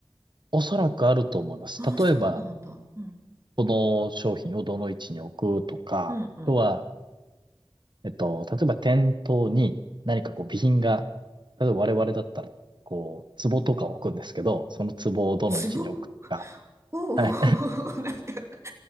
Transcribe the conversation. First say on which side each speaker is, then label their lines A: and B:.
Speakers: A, on the right; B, on the right.
A: おそらくあると思います。
B: ああ、そうなんだ。
A: 例えば、
B: うん。
A: この商品をどの位置に置くとか、
B: うんうん。
A: あとは、えっと、例えば店頭に何かこう備品が、例えば我々だったら、こう、壺とか置くんですけど、その壺をどの位置に置くとか、
B: ツボおおー、
A: はい
B: <laughs> なんか、